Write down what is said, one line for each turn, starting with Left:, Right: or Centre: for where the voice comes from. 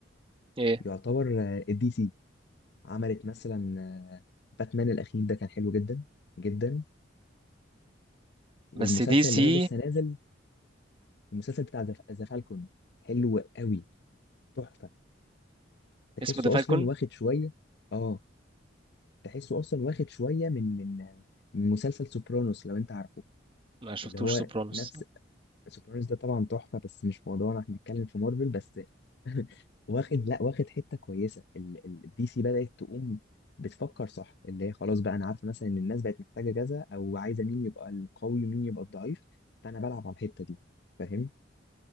Right: كم
Left: يعتبر الدي سي عملت مثلا آه، باتمان الاخير ده كان حلو جدا جدا والمسلسل
Right: بس دي
Left: اللي
Right: سي
Left: هي لسه نازل المسلسل بتاع ذا ذا فالكون حلو قوي تحفه تحسه
Right: اسمه ذا فالكون
Left: اصلا واخد شويه اه تحسه اصلا واخد شويه من من من مسلسل سوبرانوس لو انت عارفه
Right: ما شفتوش
Left: اللي هو
Right: سوبرانوس
Left: نفس سوبرانوس ده طبعا تحفه بس مش موضوعنا احنا بنتكلم في مارفل بس <laughs> واخد لا واخد حته كويسه الدي سي بدات تقوم بتفكر صح اللي هي خلاص بقى انا عارفه مثلا ان الناس بقت محتاجه كذا او عايزه مين يبقى القوي ومين يبقى الضعيف فانا بلعب على الحته دي فاهم